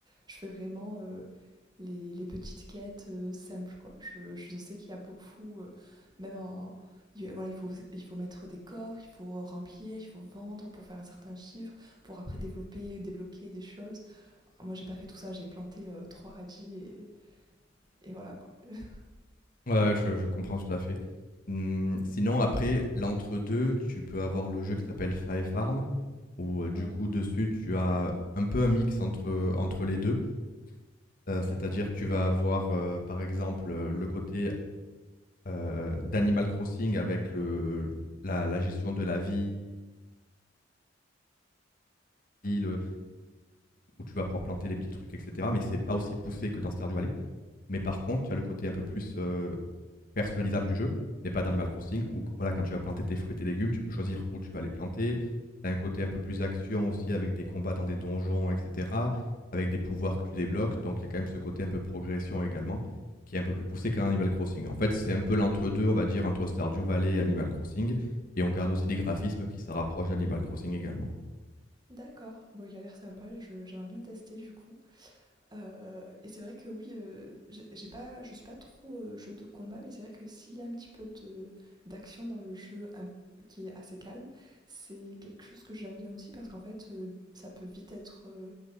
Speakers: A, on the right; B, on the left.
A: Je fais vraiment, heu, les les petites quêtes, heu, simples, quoi. Je je sais qu'il y a beaucoup, heu, même en il voilà, il faut il faut mettre des coffres, il faut remplir, il faut vendre pour faire un certain chiffre, pour après développer, débloquer des choses. Moi, j'ai pas fait tout ça, j'ai planté, heu, 3 radis et et voilà, quoi. <laughs>
B: Ouais, je, je comprends tout à fait. Hum, sinon, après, l'entre-deux, tu peux avoir le jeu qui s'appelle Five Farm où euh, du
A: Oui,
B: coup dessus tu as un peu un mix entre, entre les deux. Euh, C'est-à-dire
A: d'accord.
B: que tu vas avoir euh, par exemple euh, le côté euh, d'Animal Crossing avec le, la, la gestion de la ville, euh, où tu vas pouvoir planter des petits trucs, etc. Mais c'est pas aussi poussé que dans Stardew Valley. Mais par contre, tu as le côté un peu plus euh, personnalisable du jeu n'est pas d'Animal Crossing où voilà, quand tu vas planter tes fruits et tes légumes, tu peux choisir où tu vas les planter. Tu as un côté un peu plus action aussi avec des combats dans des donjons, etc. Avec des pouvoirs que tu débloques. Donc il y a quand même ce côté un peu progression également qui est un peu plus poussé qu'un Animal Crossing. En fait, c'est un peu l'entre-deux, on va dire, entre Stardew Valley et Animal Crossing. Et on garde aussi des graphismes qui se rapprochent d'Animal Crossing également.
A: D'accord. Bon, il a l'air sympa, je j'aimerais bien tester, du coup. Euh, et c'est vrai que oui, euh, j'ai j'ai pas, je suis pas trop euh, jeu de combat, mais c'est vrai que s'il y a un petit peu de d'action dans le jeu un- qui est assez calme, c'est quelque chose que j'aime bien aussi parce qu'en fait, euh, ça peut vite être euh,